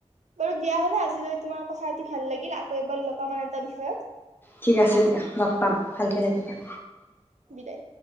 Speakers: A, on the right; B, on the left.
A: বাৰু দিয়া হলে আজৈ তোমাৰ কথাতি ভাল লাগিল আকৌ এবাৰ লাম আন এটা বিষয়ত।
B: ঠিক আছে দিয়া। লগ পাম ভালকৈ থাকিবা দিয়া।
A: বিদায়